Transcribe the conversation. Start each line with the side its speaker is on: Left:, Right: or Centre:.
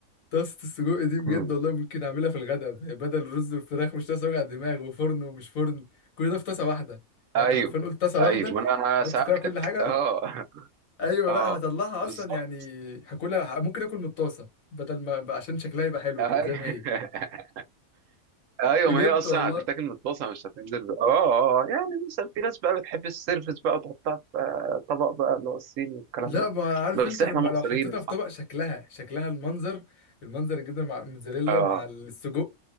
Left: طاسه السجق دي بجد
Right: مم.
Left: والله ممكن اعملها في الغداء بدل الرز والفراخ مش طاسه وجع دماغ وفرن ومش فرن كل ده في طاسه واحده يعني
Right: ايوه
Left: انت حرفيا قلت طاسه
Right: ايوه
Left: واحده
Right: ما انا
Left: حط
Right: سالتك
Left: فيها كل حاجه
Right: اه
Left: ايوه
Right: اه
Left: لا هطلعها
Right: بالظبط
Left: اصلا يعني هاكلها ممكن اكل من الطاسه بدل ما عشان شكلها يبقى حلو
Right: أيوة.
Left: كده زي ما هي
Right: <laughs> ايوه
Left: بجد
Right: ما هي اصلا
Left: والله
Right: هتتاكل متطاسه مش هتنزل اه اه آه. يعني مثلا في ناس بقى بتحب السيرفس بقى وتحطها في آه، طبق بقى اللي هو الصيني والكلام
Left: لا
Right: ده
Left: ما عارف
Right: بس
Left: انت
Right: احنا
Left: لما
Right: مصريين
Left: لو حطيتها
Right: صح
Left: في طبق شكلها شكلها المنظر المنظر الجبنه مع الموتزاريلا
Right: اه
Left: مع السجق